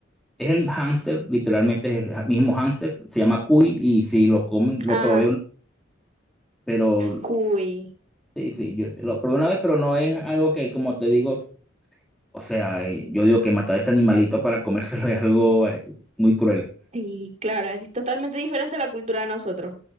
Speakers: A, in the centre; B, on the right.
A: Es el hámster, literalmente es el mismo hámster, se llama cuy y si lo comen, lo
B: Ah,
A: probé, pero
B: cuy,
A: sí, sí, yo lo probé una vez, pero no es algo que, como te digo, o sea, eh, yo digo que matar a ese animalito para comérselo <laughs> es algo eh, muy cruel.
B: sí, claro, es totalmente diferente a la cultura de nosotros.